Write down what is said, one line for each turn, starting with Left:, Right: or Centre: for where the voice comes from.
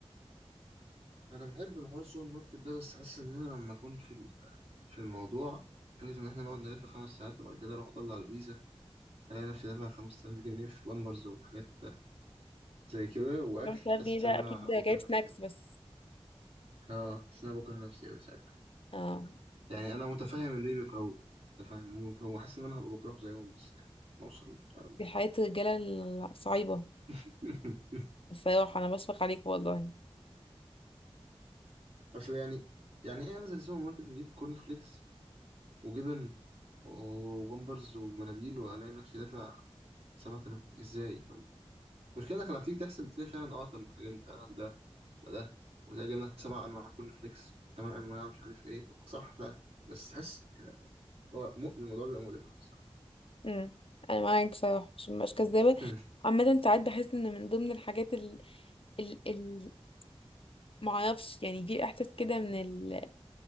Right: انا بحب حوار السوبر ماركت ده بس حاسس ان انا لما اكون في ال- في الموضوع فكرة إن إحنا نقعد نلف خمس ساعات وبعد كده أروح أطلع الفيزا ألاقي نفسي دافع 5000 جنيه في بامبرز وحاجات زي كده وأكل
Left: 5000
Right: حاسس
Left: جنيه ده
Right: إن أنا
Left: اكيد جايب
Right: بكره نفسي
Left: سناكس
Right: أوي
Left: بس
Right: أه حاسس إن أنا بكره نفسي أوي ساعتها
Left: اه
Right: يعني أنا متفهم إن ليه بيكرهوه متفهم هو حاسس إن أنا هبقى بكرهه زيهم بس يعني بوصل للمرحلة دي
Left: دي حياه الرجاله الصعيبه
Right: <laughs>
Left: بصراحة أنا بشفق عليك والله
Right: بس يعني يعني إيه أنزل سوبر ماركت أجيب كورن فليكس وجبن وبامبرز ومناديل وألاقي نفسي دافع 7000 جنيه إزاي طيب؟ المشكلة إنك لما تيجي تحسب بتلاقي فعلا أه طب ما إحنا جبنا فعلا ده وده وتلاقي جبنا سبع أنواع كورن فليكس تمن أنواع مش عارف إيه طب ما صح فعلا بس تحس هو مؤ- الموضوع بيبقى مؤلم أوي الصراحة.
Left: امم أنا معاك بصراحة عشان مبقاش كذابة
Right: <laughs>
Left: عامة ساعات بحس إن من ضمن الحاجات ال ال ال معرفش يعني في إحساس كده من ال